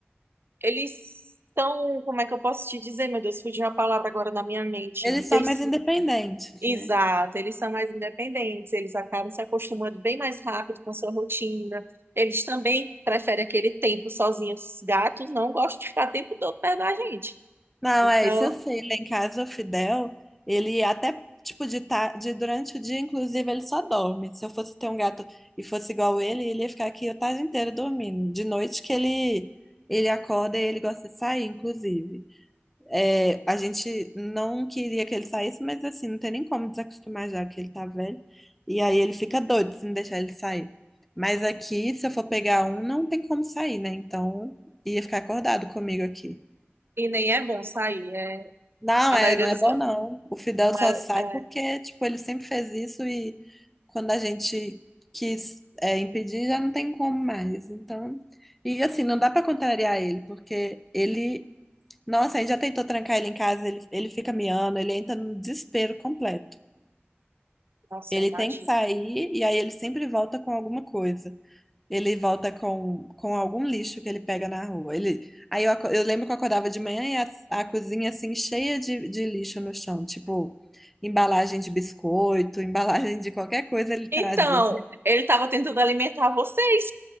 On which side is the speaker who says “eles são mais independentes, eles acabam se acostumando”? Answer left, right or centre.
Right